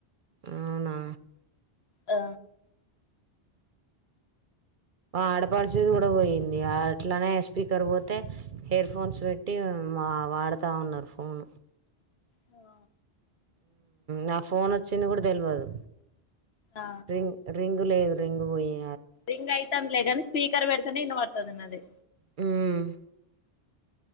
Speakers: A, on the right (about 55°); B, on the left (about 70°).
A: అవునా
B: ఆ
A: ఆడపరిచేది కూడా పోయింది అట్లనే స్పీకర్ పోతే హెడ్ ఫోన్స్ పెట్టి వాడతా ఉన్నారు ఫోను
B: ఆ
A: నా ఫోన్ వచ్చింది కూడా తెలవదు
B: ఆ
A: రింగ్ రింగ్ అల రింగు పోయే
B: రింగ్ అయితుంది గాని స్పీకర్ బడత న్నన్న వార్తదిన్నదది
A: మ్మ్